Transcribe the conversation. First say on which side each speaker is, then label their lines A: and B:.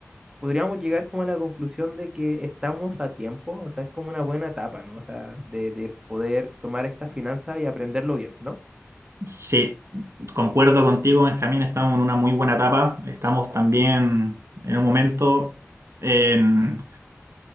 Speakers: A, on the right (about 15°); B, on the right (about 70°).
A: podríamos llegar como a la conclusión de que estamos a tiempo, o sea, es como una buena etapa, ¿no? O sea, de, de poder tomar esta finanza y aprenderlo bien, ¿no?
B: Sí, concuerdo contigo, Benjamín, estamos en una muy buena etapa. Estamos también en un momento en,